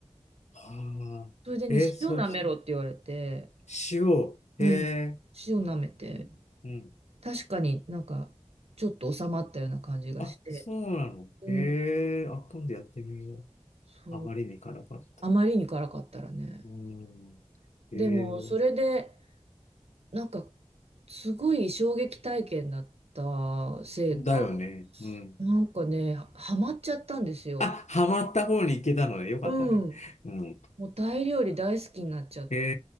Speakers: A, on the left; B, on the right.
A: ああ。
B: それでね、
A: え、そう
B: 塩舐めろって言われて、
A: 塩。
B: うん。
A: へえ。
B: 塩舐めて、
A: うん。
B: 確かになんか、ちょっと収まったような感じがして、
A: あ、そうなのへえ。
B: うん。
A: あ、今度やってみよう。
B: そう
A: あまりに行かなかった。
B: あまりに辛かったらね。
A: うん。へえ。
B: でも、それで、なんか、すごい衝撃体験だったせいか、
A: だよね。うん。
B: なんかね、はハマっちゃったんですよ。
A: あ、ハマった方に行けたのね。よかったね。
B: うん。
A: うん。
B: もうタイ料理大好きになっちゃって。
A: へ